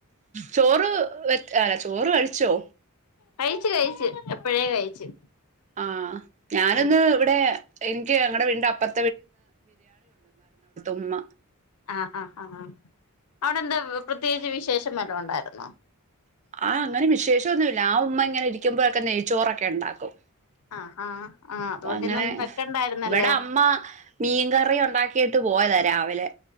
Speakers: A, on the right; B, on the left.
A: ചോറ് വ അല്ല ചോറ് കഴിച്ചോ?
B: കഴിച്ചു കഴച്ച് എപ്പഴേ കഴിച്ച്.
A: ആഹ് ഞാനിന്ന്
B: ഉം
A: ഇവടെ എനിക്ക് ഞങ്ങടെ വീടിന്റെ അപ്പർ ഉമ്മ
B: ആഹ് ആ ആ അ അവിടെ എന്താ? പ്രത്യേകിച്ച് വിശേഷം വലോം ഒണ്ടാരുന്നോ?
A: ആ അങ്ങനെ വിശേഷൊന്നുല്ല ആ ഉമ്മ ഇങ്ങനെ ഇരിക്കുമ്പഴക്കെ നെയ്ച്ചോറൊക്കെണ്ടാക്കും.
B: ആഹ് ആഹ് ആഹ് അതുകൊണ്ട്
A: അങ്ങനെ
B: ഇന്നൊന്നും വെക്കണ്ടായിരുന്നല്ലോ
A: ഇവടെ അമ്മ മീൻകറി ഒണ്ടാക് കീട്ട് പോയതാ രാവിലെ.